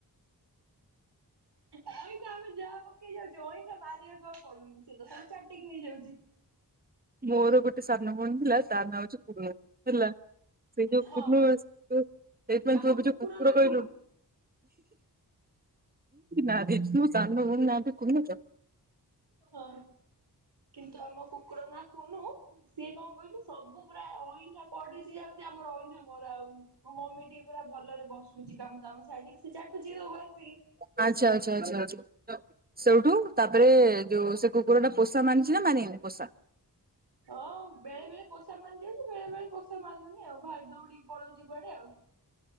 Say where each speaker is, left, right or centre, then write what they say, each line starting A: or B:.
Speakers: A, on the right; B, on the right.
A: ଅଇଁଠା ଆମେ ଯାହା ପକେଇ ଯାଉଛୁ ଅଇଁଠା ମାରିବାକୁ ଆଉ ପଡୁନି ସେ ତ ସବୁ ଚାଟିକି ନେଇଯାଉଛି।
B: ମୋର ଗୋଟେ ସାନ ଭଉଣୀ ଥିଲା ତା ନାଁ ହୋଉଛି କୁନୁ ହେଲା। ସେଇ ଯୋଉ
A: ହଁ।
B: କୁୁୁନୁ ସେ ଯୋଉ ସେଇଥିପାଇଁ
A: ଆମ
B: ତୁ ଏବେ ଯୋଉ କୁକୁର
A: ନା
B: କହିଲୁ।
A: କୁନୁ
B: ନାଁ ଦେଇଛୁ ମୋ ସାନଭୋଉଣୀ ନାଁ ରେ କୁନୁ। ତ।
A: ହଁ କିନ୍ତୁ ଆମ କୁକୁର ନାଁ କୁନୁ ସିଏ କଣ କହିଲୁ ସବୁ ପ୍ରାୟ ଅଇଁଠା ପଡ଼ୁଚି ଆଉ ଯେ ଆମର ଅଇଁଠା ମରା ହୋଉନି। ମୋ ମମି ଟିକେ ପୁରା ଭଲରେ ବସୁଛି କାମ ଦାମ ସାରିକି ସେ ଚାଟୁଛି ସବୁ ଆସିକି।
B: ଆଚ୍ଛା ଆଚ୍ଛା ଆଛା ଆଛା ସେଉଠୁ ତାପରେ ଯୋଉ ସେ କୁକୁର ଟା ପୋଷା ମାନଛି ନା ମାନେନି ପୋଷା?
A: ହ ବେଳେ ବେଳେ ପୋଷା ମାନି ଯାଉଛି ବେଳେ ବେଳେ ପୋଷା ମାନୁନି ଆଉ ଭାଇ ଦୌଡିକି ପଳଉଛି କୁଆଡେ ଆଉ।